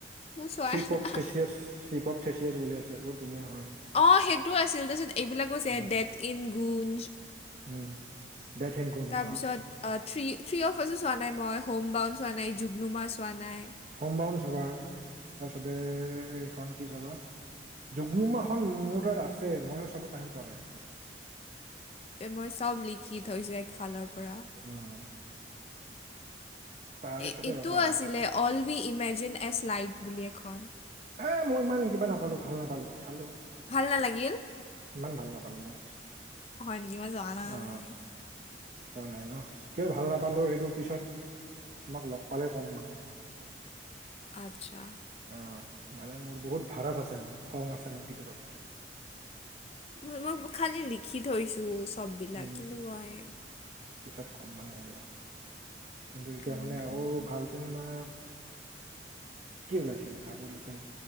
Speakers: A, on the left; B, on the right.
A: মই চোৱাই
B: চিপ অফ
A: নাই,
B: থেচিয়াছ চিপ অফ থেচিয়াছ বুলি আছে বহুত ধুনীয়া হয়
A: অ' সেইটোও আছিল তাৰপিছত এইবিলাকো যে
B: um
A: death in Gunj
B: um. Death and Gunj
A: তাৰপিছত
B: অ
A: থ্ৰী থ্ৰী অফাৰছো চোৱা নাই মই হোম বাউন চোৱা নাই জুগনুমা চোৱা নাই
B: হোমবাউন চাবা তাৰপিছতে এইখন কি চাবা জুগনুমাখন মোৰ তাত আছে মইয়ো চাব টাইম পোৱা নাই।
A: মই চব লিখি থৈছো একফালৰ পৰা।
B: উম তাৰপিছতে
A: এ ইটো
B: ৰ'বা
A: আছিলে-
B: আৰু এখন
A: all we imagine as light বুলি এখন।
B: এ, মই ইমান কিবা নাপালোঁ, ভাল নাপালোঁ। চালো
A: ভাল নালাগিল?
B: ইমান ভাল নাপালোঁ মই।
A: হয় নেকি? মই জৱা নাই।
B: অ চোৱা নাই ন'? কিয় ভাল নাপালোঁ, সেইটো পিছত তোমাক লগ পালেই ক'ম মানে।
A: আৰ্টছা।
B: অ' মানে মোৰ বহুত ধাৰাধ আছে মানে খং আছে মানে ভিতৰত।
A: মই বুক খালী লিখি থৈছোঁ চববিলাক
B: উম
A: কিন্তু মই
B: পিছত কম মানে সেবিলাক কিন্তু এতিয়া
A: উম,
B: মানে আৰু
A: উম, উম,
B: ভাল টিনেমা, কি ওলাইছে অডিচান